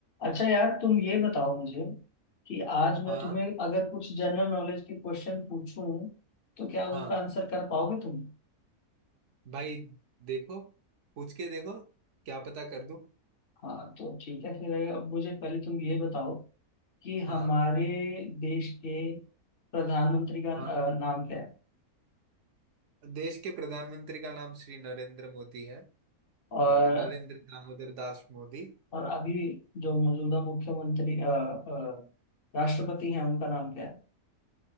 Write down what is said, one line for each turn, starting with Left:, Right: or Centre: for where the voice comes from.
Left: अच्छा यार तुम ये बताओ मुझे कि आज मैं
Right: हाँ
Left: तुम्हें अगर कुछ जनरल नॉलेज के क्वेश्चन पूछूं तो क्या उनका
Right: हाँ
Left: आंसर कर पाओगे तुम
Right: भाई देखो पूछ के देखो क्या पता कर दूं
Left: हाँ तो ठीक है फिर अब मुझे पहले तुम ये बताओ कि
Right: हाँ
Left: हमारे देश के प्रधानमंत्री का
Right: हाँ
Left: अ, नाम क्या है
Right: देश के प्रधानमंत्री का नाम श्री नरेंद्र मोदी है
Left: और
Right: अ, नरेंद्र दामोदर दास मोदी
Left: और अभी जो मौजूदा मुख्यमंत्री अ, अ, राष्ट्रपति हैं उनका नाम क्या है